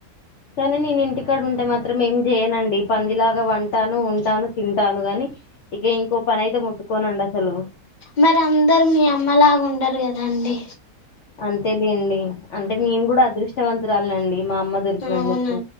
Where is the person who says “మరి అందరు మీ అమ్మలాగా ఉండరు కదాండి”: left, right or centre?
Left